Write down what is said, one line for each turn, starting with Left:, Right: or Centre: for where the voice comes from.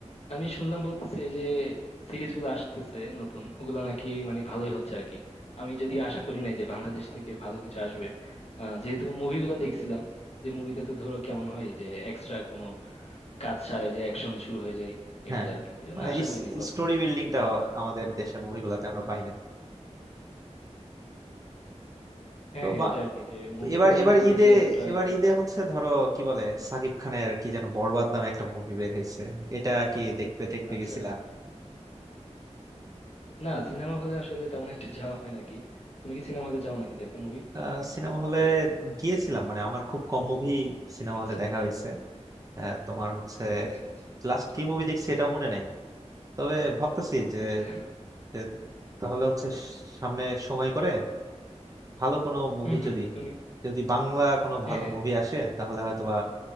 Left: আমি শুনলাম বলতেছে এই যে সিরিজগুলো আসতেছে নতুন ওগুলো নাকি মানে ভালোই হচ্ছে আর কি আমি যদিও আশা করি নাই যে বাংলাদেশ থেকে ভালো কিছু আসবে আহ, যেহেতু মুভিগুলো দেখছিলাম যে মুভিতে তো ধরো কেমন হয় যে এক্সট্রা কোনো কাজ ছাড়াই যে অ্যাকশন শুরু হয়ে যায় এগুলো
Right: হ্যাঁ হ্যাঁ
Left: আর কি এই জন্য
Right: মানে
Left: আশা করি নাই প্রথমে
Right: স্টোরি বিল্ডিংটা আমাদের দেশের মুভিগুলোতে আমরা পাই না
Left: হ্যাঁ
Right: তো
Left: হ্যাঁ
Right: বা
Left: এটা আর কি যে মুভিগুলো
Right: এবার এবার
Left: কিন্তু
Right: ঈদে
Left: দেখে এতটা
Right: এবার
Left: ইয়া
Right: ঈদে
Left: পাই না
Right: হচ্ছে ধরো কি বলে সাকিব খানের কি যেন বরবাদ নামে একটা মুভি বের হয়েছে এটা কি দেখতে দেখতে
Left: আচ্ছা
Right: গেছিলা
Left: না সিনেমা হলে আসলে তেমন একটা যাওয়া হয় না আর কি তুমি কি সিনেমা হলে যাও নাকি দেখতে মুভি
Right: আহ সিনেমা হলে গিয়েছিলাম মানে আমার খুব কম মুভি সিনেমা
Left: আচ্ছা
Right: হলে দেখা হয়েছে আহ, তোমার হচ্ছে
Left: আচ্ছা আচ্ছা
Right: লাস্ট কি মুভি দেখছি এটা মনে নাই তবে ভাবতেছি যে
Left: আচ্ছা
Right: যে তাহলে হচ্ছে সামনে সময় করে ভালো কোনো মুভি
Left: হুম হুম
Right: যদি
Left: তুমি
Right: যদি বাংলা কোনো ভালো
Left: হ্যাঁ হ্যাঁ
Right: মুভি আসে তাহলে হয়তোবা